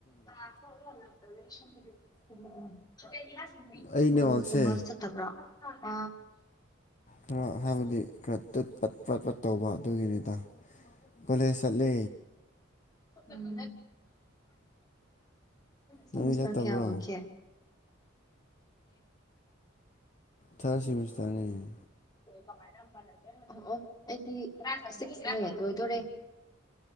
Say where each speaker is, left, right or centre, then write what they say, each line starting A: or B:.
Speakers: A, on the left; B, on the left.
A: <unintelligible>
B: ꯑꯩ ꯅꯦꯠꯋꯥꯛꯁꯦ
A: ꯇꯕ꯭ꯔꯣ ꯑ
B: ꯈꯔ ꯍꯥꯏꯕꯗꯤ ꯈꯔ ꯇꯠ ꯄꯠ ꯄꯠ ꯄꯠ ꯇꯧꯕ ꯑꯗꯨꯒꯤꯅꯤꯗ ꯀꯣꯂꯦꯖ ꯆꯠꯂꯦ
A: ꯎꯝ ꯁꯦꯃꯤꯁꯇꯔ
B: ꯅꯪꯗꯤ ꯆꯠꯇꯕ꯭ꯔꯣ
A: ꯀꯌꯥ ꯑꯣꯏꯒꯦ <inaudible>
B: ꯊꯥꯔ ꯁꯤꯃꯤꯁꯇꯔꯅꯦ
A: ꯑꯣ ꯑꯣ ꯑꯩꯗꯤ ꯁꯤꯛꯁꯅꯦ ꯂꯣꯏꯗꯣꯔꯦ